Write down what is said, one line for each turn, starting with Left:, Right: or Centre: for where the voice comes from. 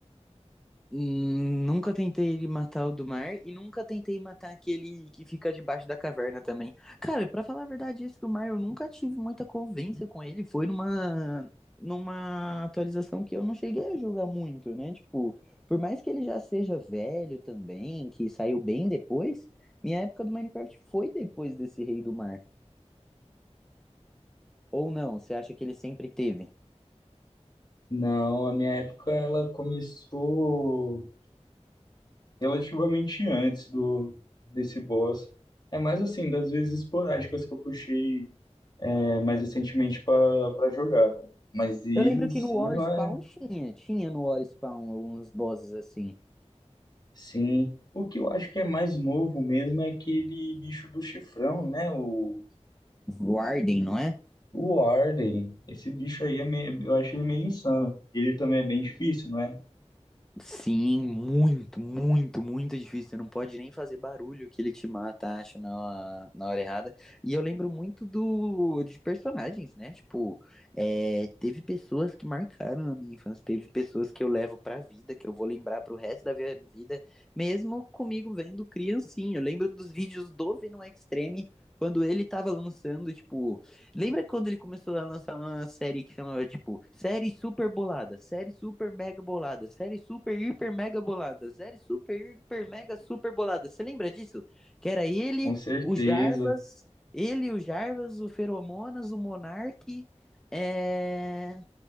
Centre: Hum, Nunca tentei ele matar o do mar e nunca tentei matar aquele que fica debaixo da caverna também. Cara, pra falar a verdade, esse do mar eu nunca tive muita convivência com ele. Foi numa numa atualização que eu não cheguei a jogar muito, né? Tipo, por mais que ele já seja velho também, que saiu bem depois, minha época do Minecraft foi depois desse Rei do Mar. Ou não? Você acha que ele sempre teve?
Left: Não, a minha época ela começou relativamente antes do desse boss. É mais assim, das vezes esporádicas que eu puxei é, mais recentemente para para jogar. tá? Mas ele
Centre: Eu lembro
Left: em si
Centre: que no War
Left: não
Centre: Spawn
Left: é,
Centre: tinha, tinha no War Spawn alguns bosses assim.
Left: sim. O que eu acho que é mais novo mesmo é aquele bicho do chifrão, né? O,
Centre: Warden, não é?
Left: o Warden. Esse bicho aí é meio, eu acho ele meio insano. Ele também é bem difícil, não é?
Centre: Sim, muito, muito, muito difícil. Você não pode nem fazer barulho que ele te mata, acho, na, hora- na hora errada. E eu lembro muito do de personagens, né? Tipo, é, teve pessoas que marcaram a minha infância, teve pessoas que eu levo pra vida, que eu vou lembrar pro resto da minha vida, mesmo comigo vendo criancinha. Eu lembro dos vídeos do Venom Extreme, quando ele tava lançando, tipo. Lembra quando ele começou a lançar uma série que chamava, tipo, série super bolada, série super mega bolada, série super hiper mega bolada, série super hiper mega super bolada. Você lembra disso? Que era ele,
Left: Com certeza.
Centre: o Jarvas, ele, o Jarvas, o Feromonas, o Monark, é...